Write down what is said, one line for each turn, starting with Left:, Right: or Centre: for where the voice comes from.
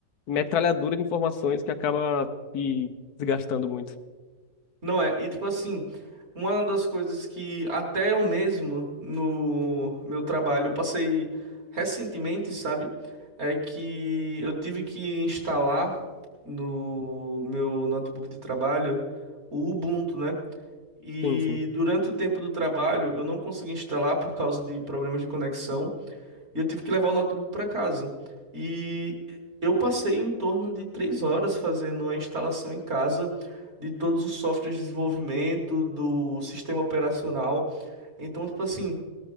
Left: metralhadora de informações que acaba te desgastando muito.
Right: Não é. E tipo assim, uma das coisas que até eu mesmo no meu trabalho eu passei recentemente, sabe? É que eu tive que instalar no meu notebook de trabalho o Ubuntu, né? E
Left: Sim, sim.
Right: durante o tempo do trabalho eu não consegui instalar por causa de problemas de conexão. E eu tive que levar o notebook para casa. E eu passei em torno de três horas fazendo a instalação em casa de todos os softwares de desenvolvimento, do sistema operacional. Então, tipo assim,